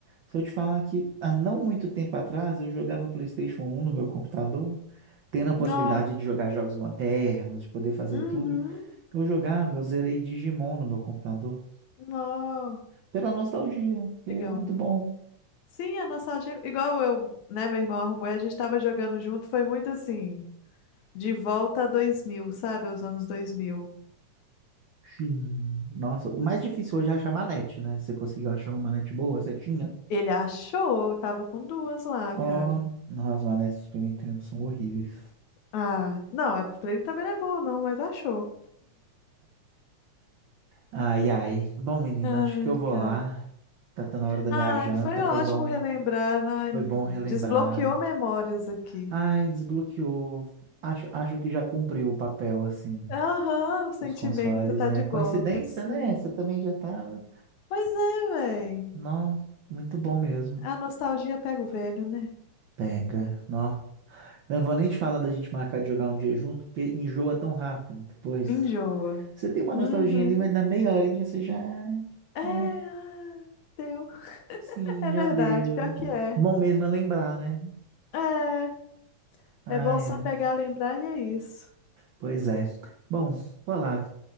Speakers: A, on the right; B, on the left.
A: Se eu te falar que há não muito tempo atrás eu jogava PlayStation um no meu computador, tendo a possibilidade
B: Ó,
A: de jogar jogos modernos, de poder fazer
B: uhum,
A: tudo, eu jogava, eu zerei Digimon no meu computador,
B: ó,
A: pela nostalgia, que
B: digão.
A: é muito bom.
B: Sim, a nostalgia, igual eu, né? Meu irmão arrumou e a gente tava jogando junto, foi muito assim, de volta a 2000, sabe? Aos anos 2000.
A: Sim. Nossa, o mais difícil hoje é achar manete, né? Você conseguiu achar uma manete boa? Você tinha?
B: Ele achou, eu tava com duas lá,
A: Ó,
B: cara.
A: oh, nossa, as manetes do Super Nintendo são horríveis.
B: Ah, não, a trailer também não é boa, não, mas achou.
A: Ai, ai. Bom, menina,
B: Ai,
A: acho que eu vou
B: cara.
A: lá. Tá, tá na hora da
B: Ai,
A: minha janta.
B: foi ótimo
A: Foi bom,
B: relembrar. Ai,
A: foi bom
B: desbloqueou
A: relembrar.
B: memórias aqui.
A: Ai, desbloqueou. Acho, acho que já cumpriu o papel, assim,
B: Aham, o sentimento
A: dos consoles,
B: tá
A: né?
B: de volta,
A: Coincidência,
B: sim.
A: né? Você também já tava.
B: Pois é, véi.
A: Não, muito bom mesmo.
B: A nostalgia pega o velho, né?
A: Pega, nó. Eu não vou nem te falar da gente marcar de jogar um dia junto, porque enjoa tão rápido depois.
B: Enjoa.
A: Você tem uma
B: Uhum.
A: nostalgia ali, mas na meia horinha você já.
B: É, ah,
A: É,
B: deu. <laughs>
A: sim,
B: É verdade,
A: já deu.
B: pior que é.
A: Bom mesmo é lembrar, né?
B: É,
A: Ai,
B: é bom só
A: ai.
B: pegar, lembrar e é isso.
A: Pois é. Bom, vou lá.